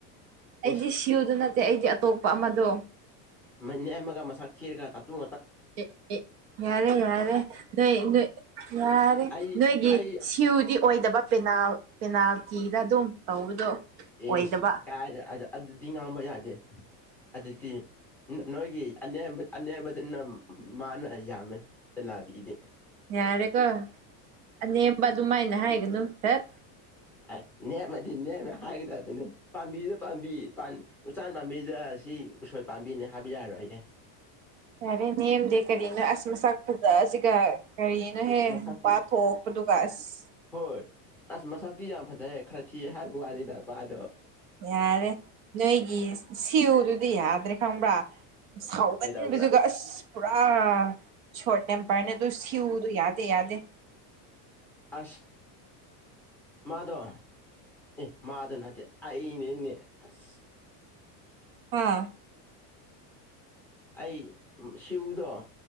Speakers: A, on the right; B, in the centre.
A: ꯑꯩꯗꯤ
B: ꯑꯦꯁ
A: ꯁꯤ ꯁ꯭ꯋꯨꯗ ꯅꯠꯇꯦ ꯑꯩꯗꯤ ꯑꯇꯣꯞꯄ ꯑꯃꯗꯣ
B: ꯃꯅꯦꯝꯃꯒ ꯃꯁꯛ ꯊꯤꯔꯒ ꯇꯥꯇꯨꯠ
A: ꯑꯦ ꯑꯦ ꯌꯥꯔꯦ ꯌꯥꯔꯦ
B: ꯑ
A: ꯅꯣꯏ ꯅꯣꯏ ꯌꯥꯔꯦ
B: ꯑꯩ
A: ꯅꯣꯏꯒꯤ
B: ꯑꯩ
A: ꯁꯤ ꯀ꯭ꯌꯨꯗꯤ ꯑꯣꯏꯗꯕ ꯄꯦꯅꯥꯜ ꯄꯦꯅꯥꯜꯇꯤꯗ ꯑꯗꯨꯝ ꯇꯧꯕꯗꯣ
B: ꯏꯁ
A: ꯑꯣꯏꯗꯕ
B: ꯀꯥꯏꯔ ꯑ ꯑꯗꯨꯗꯤ ꯉꯥꯡꯕ ꯌꯥꯗꯦ ꯑꯗꯨꯗꯤ ꯅ ꯅꯣꯏꯒꯤ ꯑꯅꯦꯝꯕ ꯑꯅꯦꯝꯕꯗꯨꯅ ꯃꯥꯅ ꯌꯥꯝꯃꯦ ꯄꯦꯅꯥꯟꯇꯤꯒꯤꯗꯤ
A: ꯌꯥꯔꯦꯀꯣ ꯑꯅꯦꯝꯕ ꯑꯗꯨꯃꯥꯏꯅ ꯍꯥꯏꯒꯅꯨ ꯗꯠ
B: ꯑ ꯅꯦꯝꯃꯗꯤ ꯅꯦꯝꯃꯦ ꯍꯥꯏꯒꯗꯕꯅꯦ ꯄꯥꯝꯕꯤꯗ ꯄꯥꯝꯕꯤ ꯄꯥꯟ ꯎꯆꯥꯟ ꯄꯥꯝꯕꯤꯗ ꯁꯤ ꯎꯁꯣꯏ ꯄꯥꯝꯕꯤꯅꯦ ꯍꯥꯏꯕ ꯌꯥꯔꯣꯏꯌꯦ
A: ꯌꯥꯔꯦ ꯅꯦꯝꯗꯦ ꯀꯔꯤꯅ‌ꯣ ꯑꯁ ꯃꯁꯛ ꯐꯖꯁꯤꯒ ꯀꯔꯤꯅꯣꯍꯦ
B: ꯃꯁꯛꯇꯤ
A: ꯅꯨꯄꯥ ꯊꯣꯛꯄꯗꯨꯒ ꯑꯁ
B: ꯍꯣꯏ ꯑꯁ ꯃꯁꯛꯇꯤ ꯌꯥꯝ ꯐꯖꯩꯌ‌ꯦ ꯈꯔ ꯊꯤꯌ‌ꯦ ꯍꯥꯏꯕꯩ ꯋꯥꯅꯤꯗ ꯃꯥꯗꯣ
A: ꯌꯥꯔꯦ ꯅꯣꯏꯒꯤ ꯁꯤꯌꯨꯗꯨꯗꯤ ꯌꯥꯗ꯭ꯔꯦ ꯈꯪꯕ꯭ꯔꯥ ꯁꯥꯎꯒꯟꯕꯗꯨꯒ
B: ꯀꯩꯗꯧꯕ꯭ꯔꯥ
A: ꯑꯁ ꯄꯨꯔꯥ ꯁꯣꯔꯠ ꯇꯦꯝꯄ꯭ꯔꯅꯦ ꯑꯗꯨ ꯁꯤꯌꯨꯗꯨ ꯌꯥꯗꯦ ꯌꯥꯗꯦ
B: ꯑꯁ ꯃꯥꯗꯣ ꯑꯦ ꯃꯥꯗꯣ ꯅꯠꯇꯦ ꯑꯩꯅꯦꯅꯦ ꯑꯁ
A: ꯍꯥ
B: ꯑꯩ ꯁꯤꯌꯨꯗ‌ꯣ